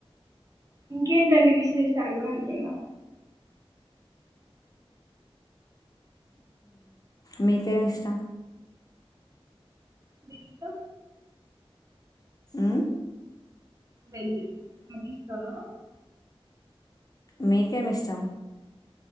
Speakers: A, on the right; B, on the left.
A: ఇంకేంటండి వి చేషాలు అంటున్నా
B: మీకే ఇష్టం
A: మి ఇంట్లో
B: ఆ
A: ఏంది పనితానా
B: మీకే ఎమ్ ఇష్టం